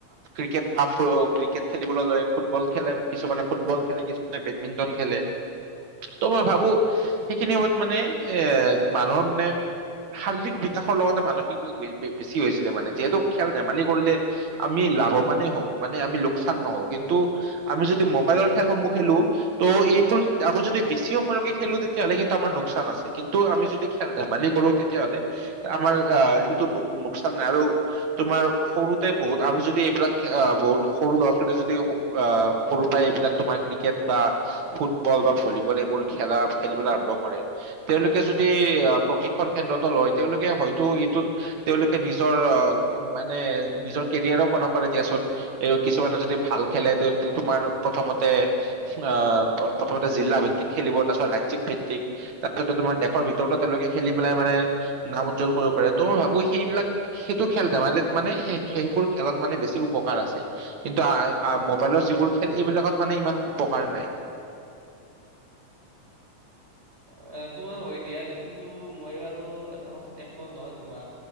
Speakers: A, on the right (about 65°); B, on the right (about 20°).
A: ক্ৰিকেট বা ফুটবল, ক্ৰিকেট খেলিবলৈ লয়, ফুটবল খেলে কিছুমানে ফুটবল খেলে কিছুমানে বেডমিন্টন খেলে ত' মই ভাবো সেইখিনি সময়ত মানে এ মানুহৰ মানে শাৰীৰিক বিকাশৰ লগতে মানসিক বি বি- বি বেছি হৈছিলে মানে। যিহেতু খেল ধেমালি কৰিলে আমি লাভৱানেই হওঁ, মানে আমি লোকচান নহওঁ। কিন্তু আমি যদি মোবাইলৰ খেলসমূহ খেলো ত' এইবোৰ আমি যদি বেছি সময়লৈকে খেলো তেতিয়াহলে কিন্তু আমাৰ লোকচান আছে, কিন্তু আমি যদি খেল-ধেমালি কৰো তেতিয়াহলে আমাৰ আহ সেইটো লোকচান নাই। আৰু তোমাৰ সৰুতে বহুত আমি যদি এইবিলাক খে আ বহুত সৰু ল'ৰা-ছোৱালী যদি স আ সৰুৰ পৰাই এইবিলাক তোমাৰ ক্ৰিকেট বা ফুটব ফুটবল বা ভলীবল এইবোৰ খেলা খেলিবলৈ আৰম্ভ কৰে, তেওঁলোকে যদি আ প্ৰশিক্ষণ কেন্দ্ৰতো লয় তেওঁলোকে হয়তো এইটোত তেওঁলোকে নিজৰ মানে নিজৰ কেৰিয়াৰো বনাব পাৰে দিয়াচোন। এই কিছুমানে যদি ভাল খেলে ত' তোমাৰ প্ৰথমতে আহ প্ৰথমতে জিলা ভিত্তিক খেলিব, তাৰপিছত ৰাজ্যিক ভিত্তিক, তাৰপিছতে তোমাৰ দেশৰ ভিতৰতো তেওঁলোকে খেলি পেলাই মানে নাম উজ্জ্বল কৰিব পাৰে, ত' মই ভাবো সেইবিলাক সেইটো খেল-ধেমালিত মানে সেইবোৰ খেলত মানে বেছি উপকাৰ আছে। কিন্তু মোবাইলৰ যিবোৰ খেল এইবিলাকত মানে ইমান উপকাৰ নাই।
B: অ' সেইটো বাৰু হয় দিয়া, কিন্তু মই বাৰু এটা কথাত একমত নহয় তোমাৰ,